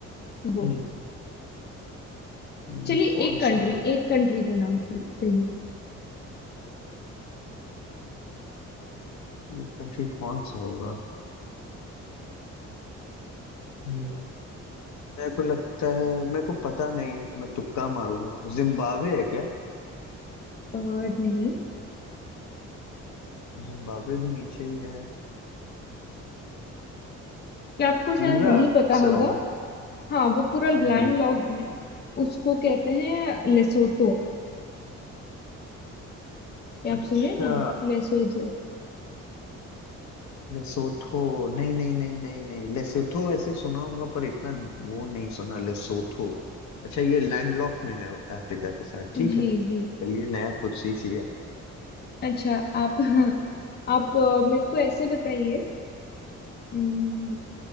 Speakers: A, on the left; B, on the left.
A: वो
B: हम्म हम्म,
A: चलिए
B: कौन
A: एक कंट्री
B: सा
A: एक कंट्री का नाम कहिए
B: ये कंट्री कौन सा होगा हम्म, मेरे को लगता है मेरे को पता नहीं है मैं तुक्का मारूंगा जिम्बाब्वे है क्या
A: और नहीं
B: जिम्बाब्वे भी नीचे ही है
A: क्या आपको शायद
B: पूरा
A: नहीं पता होगा
B: सराउंड
A: हाँ वो पूरा लैंड
B: जी
A: लॉक्ड है उसको कहते हैं लेसोतो क्या
B: अच्छा
A: आप सुने नाम लेसोतो
B: लेसोथो नहीं नहीं नहीं नहीं नहीं लेसोथो ऐसे सुना होगा पर इतना वो नहीं सुना लेसोथो अच्छा ये लैंडलॉक में है अफ्रीका के साथ ठीक
A: जी
B: है चलिए
A: जी
B: नया कुछ सीख लिया
A: अच्छा आप <laughs> आप अ, मेरे को ऐसे बताइए अम,